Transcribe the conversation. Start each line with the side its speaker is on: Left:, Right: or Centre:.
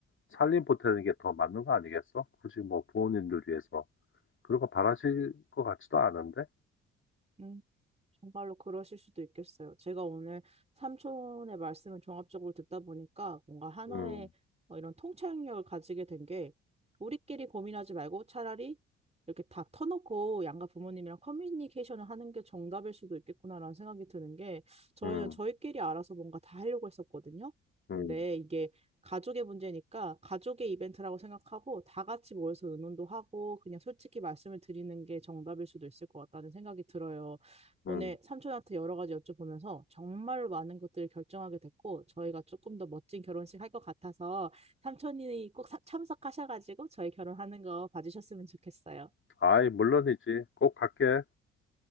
Left: 살림 보태는 게 더 맞는 거 아니겠어? 굳이 뭐 부모님들 위해서 그런 거 바라실 것 같지도 않은데.
Right: 음. 정말로 그러실 수도 있겠어요. 제가 오늘 삼촌의 말씀을 종합적으로 듣다 보니까 뭔가 하나의
Left: 음,
Right: 어, 이런 통찰력을 가지게 된 게 우리끼리 고민하지 말고 차라리 이렇게 다 터놓고 양가 부모님이랑 커뮤니케이션을 하는 게 정답일 수도 있겠구나라는 생각이 드는 게 저희는
Left: 음.
Right: 저희끼리 알아서 뭔가 다 하려고 했었거든요. 근데
Left: 음.
Right: 이게 가족의 문제니까 가족의 이벤트라고 생각하고 다 같이 모여서 의논도 하고 그냥 솔직히 말씀을 드리는 게 정답일 수도 있을 것 같다는 생각이 들어요. 오늘
Left: 음.
Right: 삼촌한테 여러 가지 여쭤보면서 정말로 많은 것들을 결정하게 됐고 저희가 조금 더 멋진 결혼식 할 것 같아서 삼촌이 꼭 사- 참석하셔가지고 저희 결혼하는 거 봐주셨으면 좋겠어요.
Left: 아이, 물론이지. 꼭 갈게.